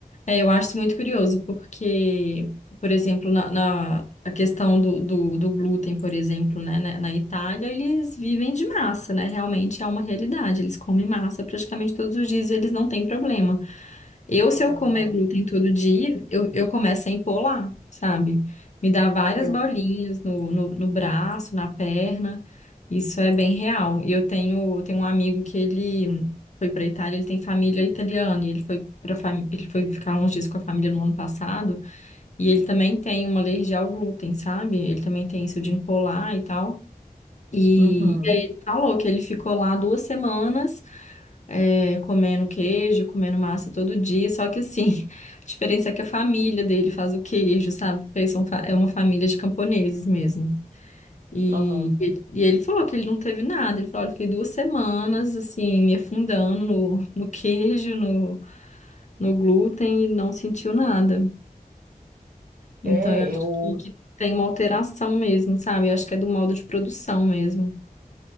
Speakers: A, on the left; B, on the right.
A: É, eu acho isso muito curioso, porque, por exemplo, na, na- a questão do, do, do glúten, por exemplo, né, na, na Itália, eles vivem de massa, né? Realmente é uma realidade. Eles comem massa praticamente todos os dias e eles não têm problema. Eu, se eu
B: Aham.
A: comer glúten todo dia, eu, eu começo a empolar, sabe? Me dá várias
B: Eu
A: bolinhas
B: também.
A: no, no, no braço, na perna. Isso é bem real. E eu tenho, tenho um amigo que ele foi para Itália, ele tem família italiana, e ele foi para ele foi ficar uns dias com a família no ano passado, e ele também tem uma alergia ao glúten, sabe? Ele também tem isso de empolar e tal. E,
B: Uhum.
A: e aí ele falou que ele ficou lá duas semanas é, comendo queijo, comendo massa todo dia, só que assim, <laughs> a diferença é que a família dele faz o queijo, sabe? Porque eles são, fa- é uma família de camponeses mesmo. E,
B: Aham.
A: ele- e ele falou que ele não teve nada, ele falou, olha, eu fiquei duas semanas, assim, me afundando no, no queijo, no, no glúten e não sentiu nada. Então,
B: É,
A: eu
B: eu
A: acho que, que tem uma alteração mesmo, sabe? Eu acho que é do modo de produção mesmo.